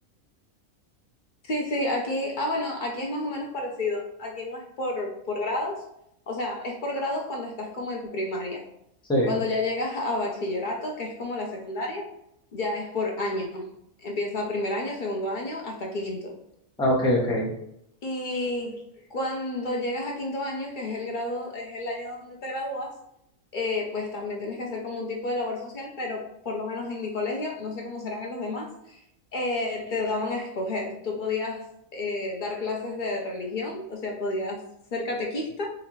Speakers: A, on the left (about 60°); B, in the centre.
A: Sí, sí, aquí, ah, bueno, aquí es más o menos parecido. Aquí no es por, por grados, o sea, es por grados cuando estás como en primaria.
B: Sí,
A: Cuando ya llegas a bachillerato, que es como la secundaria, ya es por año. Empieza primer año, segundo año, hasta quinto.
B: ah, ok, ok,
A: Y cuando llegas a quinto año, que es el grado, es el año donde te gradúas, eh, pues también tienes que hacer como un tipo de labor social, pero por lo menos en mi colegio, no sé cómo serán en los demás, eh, te daban a escoger. Tú podías eh, dar clases de religión, o sea, podías ser catequista,